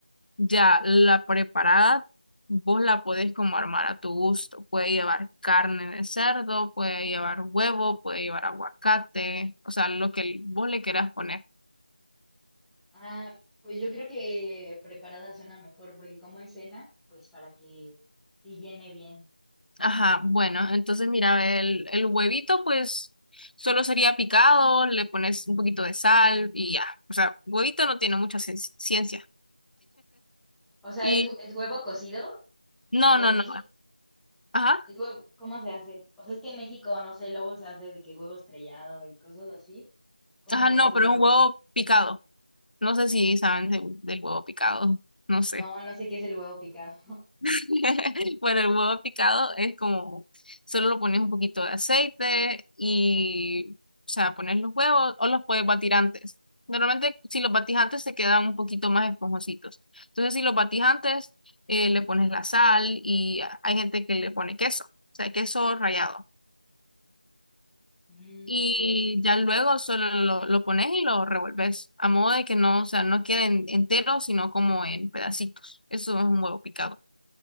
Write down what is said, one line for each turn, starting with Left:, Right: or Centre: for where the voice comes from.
Left: Ya la preparada, vos la podés como armar a tu gusto. Puede llevar carne de cerdo, puede llevar huevo, puede llevar aguacate, o sea, lo que vos le quieras poner.
Centre: Ah, pues yo creo que preparada suena mejor, porque como es cena, pues para que sí llene bien.
Left: Ajá, bueno, entonces mira, el, el huevito pues solo sería picado, le pones un poquito de sal y ya. O sea, huevito no tiene mucha cien- ciencia.
Centre: O sea,
Left: Y
Centre: ¿es, es huevo cocido?
Left: no,
Centre: Porque
Left: no,
Centre: en
Left: no.
Centre: México,
Left: Ajá.
Centre: es huevo, ¿cómo se hace? O sea, es que en México, no sé, luego se hace de que huevo estrellado y cosas así. ¿Cómo
Left: Ajá,
Centre: es
Left: no,
Centre: el
Left: pero
Centre: huevo?
Left: es un huevo picado. No sé si saben de- del huevo picado. No sé.
Centre: No, no sé qué es el huevo picado. <laughs>
Left: <laughs> Bueno, el huevo picado es como, solo lo pones un poquito de aceite y, o sea, pones los huevos o los puedes batir antes. Normalmente, si los batís antes, se quedan un poquito más esponjositos. Entonces, si los batís antes, eh, le pones la sal y a- hay gente que le pone queso, o sea, queso rallado.
Centre: Mm,
Left: y
Centre: ok.
Left: ya luego solo lo, lo pones y lo revuelves, a modo de que no, o sea, no queden enteros, sino como en pedacitos. Eso es un huevo picado.